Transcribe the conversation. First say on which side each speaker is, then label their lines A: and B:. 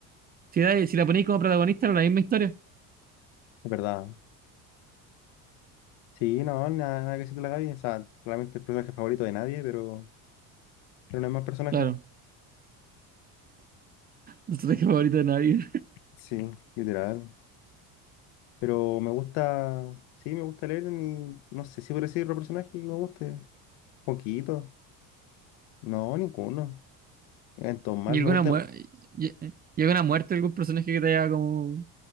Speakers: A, on the right; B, on the left.
A: Si, da- si la ponéis como protagonista, era la misma historia.
B: es verdad. Sí, no, nada, nada que decir de la Gaby, o sea, realmente el personaje favorito de nadie, pero, pero no hay más personaje.
A: Claro. No personaje favorito de nadie.
B: Sí, literal. Pero me gusta, sí, me gusta leer ni no sé si por decir otro personaje que me guste. Poquito. No, ninguno. En mal
A: ¿Y alguna,
B: me gusta
A: muer- y, y alguna muerte de algún personaje que te haya como